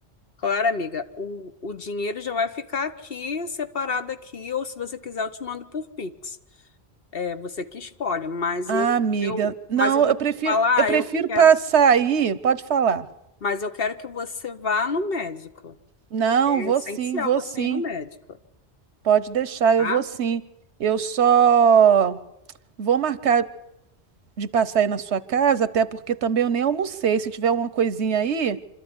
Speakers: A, on the left; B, on the right.
A: Claro, amiga, o, o dinheiro já vai ficar aqui, separado aqui, ou se você quiser, eu te mando por Pix. É você que escolhe, mas eu,
B: Ah, amiga,
A: eu,
B: não,
A: mas eu vou
B: eu
A: te
B: prefiro,
A: falar,
B: eu prefiro
A: eu quero,
B: passar aí. Pode falar.
A: mas eu quero que você vá no médico.
B: Não,
A: É
B: vou
A: essencial
B: sim, vou
A: você
B: sim.
A: ir no médico,
B: Pode deixar,
A: tá?
B: eu vou sim. Eu só vou marcar de passar aí na sua casa, até porque também eu nem almocei. Se tiver uma coisinha aí,